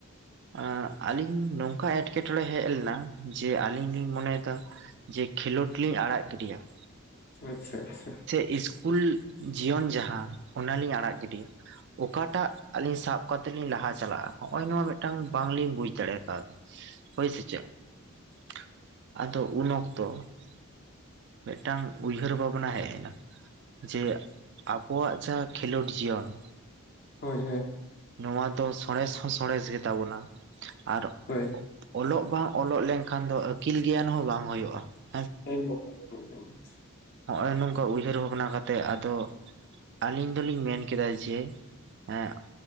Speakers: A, on the right; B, on the left.
A: ᱮᱸ ᱟᱞᱤᱧ ᱱᱚᱝᱠᱟ ᱮᱴᱠᱮᱴᱚᱬᱮ ᱦᱮᱡ ᱞᱮᱱᱟ ᱡᱮ ᱟᱞᱤᱧ ᱞᱤᱧ ᱢᱚᱱᱮᱭᱮᱫᱟ ᱡᱮ ᱠᱷᱮᱞᱳᱰ ᱞᱤᱧ ᱟᱲᱟᱜ ᱜᱤᱰᱤᱭᱟ ᱾
B: ᱟᱪᱪᱷᱟ ᱟᱪᱪᱷᱟ ᱾
A: ᱥᱮ ᱤᱥᱠᱩᱞ ᱡᱤᱭᱚᱱ ᱡᱟᱦᱟᱸ ᱚᱱᱟᱞᱤᱧ ᱟᱲᱟᱜ ᱜᱤᱰᱤᱭᱟ ᱾ <inaudible> ᱚᱠᱟᱴᱟᱜ ᱟᱹᱞᱤᱧ ᱥᱟᱵ ᱠᱟᱛᱮᱜ ᱞᱤᱧ ᱞᱟᱦᱟ ᱪᱟᱞᱟᱜ-ᱟ ᱱᱚᱜ-ᱚᱭ ᱱᱚᱣᱟ ᱢᱤᱫᱴᱟᱝ ᱵᱟᱝᱞᱤᱧ ᱵᱩᱡ ᱫᱟᱲᱮ ᱠᱟᱣᱫᱟ ᱾ ᱦᱳᱭ ᱥᱮ ᱪᱮᱫ ᱾ <inaudible> ᱟᱫᱚ ᱩᱱ ᱚᱠᱛᱚ <inaudible> ᱢᱤᱫᱴᱟᱝ ᱩᱭᱦᱟᱹᱨ ᱵᱷᱟᱵᱽᱱᱟ ᱦᱮᱡ <inaudible> ᱡᱮ ᱟᱵᱚᱣᱟᱜ ᱡᱟᱦᱟᱸ ᱠᱷᱮᱞᱳᱰ ᱡᱤᱭᱚᱱ <inaudible>
B: ᱦᱳᱭ ᱦᱳᱭ ᱾
A: ᱱᱚᱣᱟ ᱫᱚ ᱥᱚᱬᱮᱥ ᱦᱚᱸ ᱥᱚᱬᱮᱥ ᱜᱮ ᱛᱟᱵᱚᱱᱟ ᱾ <inaudible> ᱟᱨ
B: ᱦᱳᱭ ᱾
A: ᱚᱞᱚᱜ ᱵᱟᱝ ᱚᱞᱚᱜ ᱞᱮᱱᱠᱷᱟᱱ ᱫᱚ ᱟᱹᱠᱤᱞ ᱜᱮᱭᱟᱱ ᱦᱚᱸ ᱵᱟᱝ ᱦᱩᱭᱩᱜ-ᱟ ᱾
B: <unintelligible>
A: ᱱᱚᱜ-ᱚᱭ ᱱᱚᱝᱠᱟ ᱩᱭᱦᱟᱹᱨ ᱵᱷᱟᱵᱽᱱᱟ ᱠᱟᱛᱮᱜ ᱟᱫᱚ ᱟᱞᱤᱧ ᱫᱚᱞᱤᱧ ᱢᱮᱱ ᱠᱮᱫᱟ ᱡᱮ <inaudible> ᱮᱸ